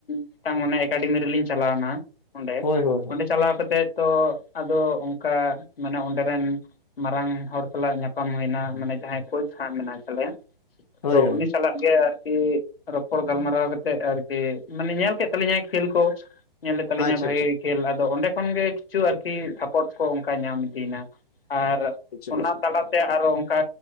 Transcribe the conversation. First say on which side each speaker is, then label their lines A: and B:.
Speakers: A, on the left; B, on the left.
A: ᱢᱤᱫᱴᱟᱝ ᱢᱟᱱᱮ ᱮᱠᱟᱰᱮᱢᱤ ᱨᱮᱞᱤᱧ ᱪᱟᱞᱟᱣᱱᱟ ᱚᱸᱰᱮ,
B: ᱦᱳᱭ ᱦᱳᱭ ᱦᱳᱭ
A: ᱚᱸᱰᱮ ᱪᱟᱞᱟᱣ ᱠᱟᱛᱮᱫ ᱛᱚ ᱟᱫᱚ ᱚᱱᱠᱟ ᱢᱟᱱᱮ ᱚᱸᱱᱰᱮ ᱨᱮᱱ ᱢᱟᱨᱟᱝ ᱦᱚᱲ ᱥᱟᱞᱟᱜ ᱧᱟᱯᱟᱢ ᱦᱩᱭᱮᱱᱟ ᱢᱟᱱᱮ ᱡᱟᱦᱟᱸᱭ ᱠᱚᱪ ᱦᱟᱸᱜ ᱢᱮᱱᱟᱭ ᱛᱟᱞᱮᱭᱟ
B: ᱦᱳᱭ
A: ᱛᱚ ᱩᱱᱤ ᱥᱟᱞᱟᱜ ᱜᱮ ᱟᱨᱠᱤ ᱨᱚᱯᱚᱲ ᱜᱟᱞᱢᱟᱨᱟᱣ ᱠᱟᱛᱮ ᱟᱨ ᱠᱤ ᱢᱟᱱᱮ ᱧᱮᱞ ᱠᱮᱫ ᱛᱟᱹᱞᱤᱧᱟᱭ ᱠᱷᱮᱞ ᱠᱚ ᱧᱮᱞᱮᱫ ᱛᱟᱹᱞᱤᱧᱟ
B: ᱟᱪᱪᱷᱟ
A: ᱵᱷᱟᱜᱮ
B: ᱟᱪᱪᱷᱟ
A: ᱠᱷᱮᱞ ᱟᱫᱚ ᱚᱸᱰᱮ ᱠᱷᱚᱱ ᱜᱮ ᱠᱤᱪᱷᱩ ᱟᱨᱠᱤ ᱥᱟᱯᱚᱴ ᱠᱚ ᱚᱱᱠᱟ ᱧᱟᱢ ᱤᱫᱤᱭᱮᱱᱟ ᱾ ᱟᱨ
B: ᱟᱪᱪᱷᱟ
A: ᱚᱱᱟ ᱛᱟᱞᱟᱛᱮ ᱟᱨᱚ ᱚᱱᱠᱟ